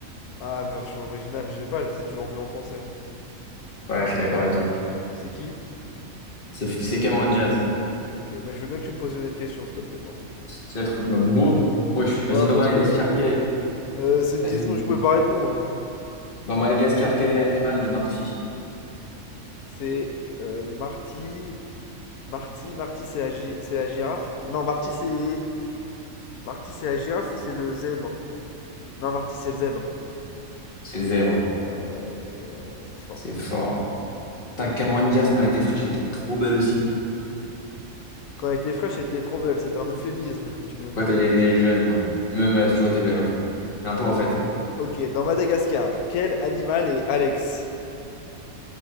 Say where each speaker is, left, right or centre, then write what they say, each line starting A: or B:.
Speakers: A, on the left; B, on the left.
A: Ah, version originale, je sais pas, je les ai toujours vus en français.
B: Ouais, je suis d'accord avec toi.
A: C'est qui?
B: C'est c'est Cameron Diaz.
A: Ok, mais je veux bien que tu me poses une autre question, s'il te plaît, par contre.
B: Tu vas être... Bah, bro. Wesh. Vas-y,
A: Bah,
B: dans
A: parce
B: Madagascar,
A: que
B: quel est...
A: euh, c'est une
B: Vas-y.
A: question que je pouvais pas répondre. hein.
B: Dans Madagascar, quel est l'animal de Marty?
A: C'est euh, Marty. Marty, Marty c'est la, gi- c'est la girafe. Non, Marty c'est Marty c'est la girafe ou c'est le zèbre? Non, Marty c'est le zèbre.
B: C'est le zèbre.
A: Ouais, ouais, et ouais, c'est fort.
B: C'est fort. Putain, Cameron Diaz, quand elle était fraîche, elle était trop belle aussi.
A: Quand elle était fraîche, elle était trop belle. C'est un euphémisme ce que tu viens de
B: Quand
A: dire.
B: elle était jeune, pardon. Même elle a toujours été belle, en fait. Un peu en fait.
A: Ok, dans Madagascar, quel animal est Alex?